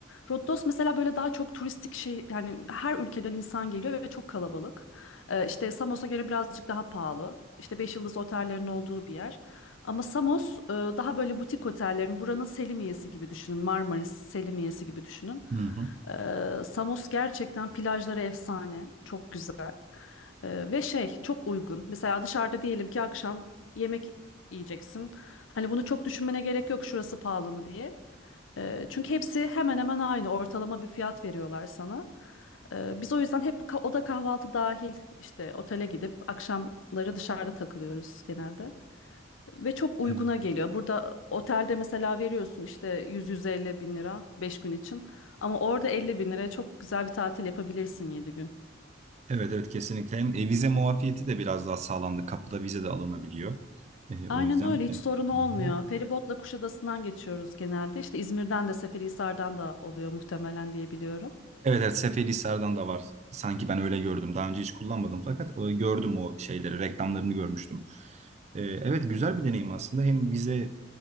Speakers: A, on the left; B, on the right.
A: Rodos mesela böyle daha çok turistik şey yani her ülkeden insan geliyor ve çok kalabalık. Ee, işte Samos'a göre birazcık daha pahalı. İşte beş yıldız otellerin olduğu bir yer. Ama Samos e, daha böyle butik otellerin buranın Selimiye'si gibi düşünün. Marmaris Selimiye'si gibi düşünün.
B: hı. hı.
A: Ee, Samos gerçekten plajları efsane. Çok güzel. Ee, ve şey çok uygun. Mesela dışarıda diyelim ki akşam yemek yiyeceksin. Hani bunu çok düşünmene gerek yok şurası pahalı mı diye. Ee, çünkü hepsi hemen hemen aynı ortalama bir fiyat veriyorlar sana. Ee, biz o yüzden hep ka- oda kahvaltı dahil işte otele gidip akşamları dışarıda takılıyoruz genelde. Ve çok uyguna
B: Evet.
A: geliyor. Burada otelde mesela veriyorsun işte 100-150 bin lira 5 gün için. Ama orada 50 bin liraya çok güzel bir tatil yapabilirsin yedi gün.
B: Evet evet kesinlikle. Hem e, vize muafiyeti de biraz daha sağlandı. Kapıda vize de alınabiliyor. E, o
A: Aynen
B: yüzden
A: öyle hiç
B: e,
A: sorun olmuyor.
B: hı hı.
A: Feribotla Kuşadası'ndan geçiyoruz genelde. İşte İzmir'den de Seferihisar'dan da oluyor muhtemelen diye biliyorum.
B: Evet evet Seferihisar'dan da var. Sanki ben öyle gördüm. Daha önce hiç kullanmadım fakat e, gördüm o şeyleri, reklamlarını görmüştüm. E, evet güzel bir deneyim aslında. Hem vize